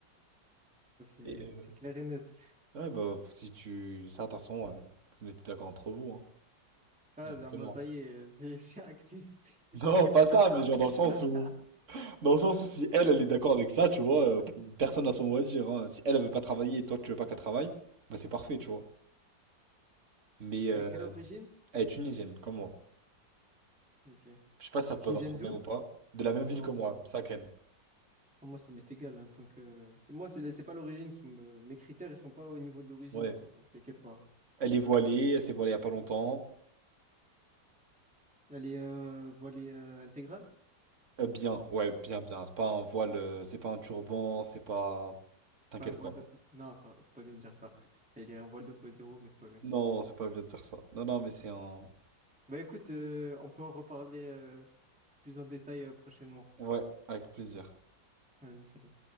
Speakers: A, in the centre; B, on the right.
A: Ça, c'est
B: Et euh,
A: c'est clair et net.
B: ouais, bah, si tu. Ça, de toute façon, euh, vous vous mettez d'accord entre vous, hein,
A: Ah,
B: directement.
A: Dharma, ça y est, <laughs> c'est c'est acté. <laughs> Mettez-vous
B: Non, pas
A: d'accord.
B: ça, mais genre dans
A: <laughs>
B: le sens où. Dans le sens où si elle, elle
A: Euh,
B: est d'accord avec ça, tu vois, euh, personne n'a son mot à dire. hein. Si elle, elle veut pas travailler et toi, tu veux pas qu'elle travaille, bah, c'est parfait, tu vois. Mais euh,
A: euh, quelle origine?
B: elle est tunisienne, comme moi.
A: Ok.
B: Je sais pas si ça te
A: Tunisienne
B: pose un problème
A: d'où?
B: ou pas. De la même ville
A: Non,
B: que
A: moi,
B: moi, Saken.
A: Ah, Moi, ça m'est égal, hein, tant que... C'est, moi, c'est, c'est pas l'origine qui me... Mes critères, ils sont pas au niveau de l'origine.
B: Ouais.
A: Bon, T'inquiète pas.
B: Elle est voilée, elle s'est voilée il y a pas longtemps.
A: Elle est euh, voilée euh, intégrale?
B: Euh, bien, ouais, bien, bien. C'est pas un voile, euh, c'est pas un turban, c'est pas. T'inquiète
A: Pas un voile
B: pas.
A: de... po- Non, ça- c'est pas bien de dire ça. Elle est un voile de point zéro mais c'est pas bien.
B: Non, c'est pas bien de dire ça. Non, non, mais c'est un.
A: Bah écoute, euh, on peut en reparler euh, plus en détail euh, prochainement.
B: Ouais, avec plaisir.
A: Vas-y, salut.